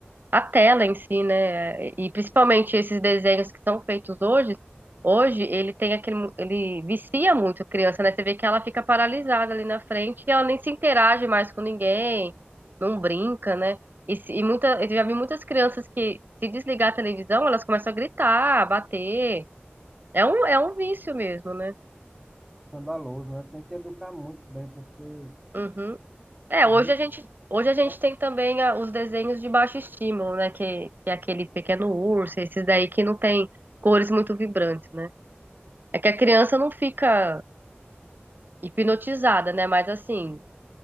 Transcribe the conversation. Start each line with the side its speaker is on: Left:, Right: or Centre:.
Right: a tela em si, né? E principalmente esses desenhos que são feitos hoje, hoje ele tem aquele, mo- ele vicia muito a criança, né? Você vê que ela fica paralisada ali na frente e ela nem se interage mais com ninguém, não brinca, né? E, se- e muita, eu já vi muitas crianças que se desligar a televisão, elas começam a gritar, a bater. É um, é um vício mesmo, né?
Centre: Escandaloso, né? Tem que educar muito bem, porque
Right: Uhum. É,
Centre: as
Right: hoje
Centre: redes
Right: a gente, hoje a gente
Centre: são
Right: tem também a- os desenhos de baixo estímulo, né? Que, que é aquele pequeno urso, esses daí que não tem cores muito vibrantes, né? É que a criança não fica hipnotizada, né? Mas assim,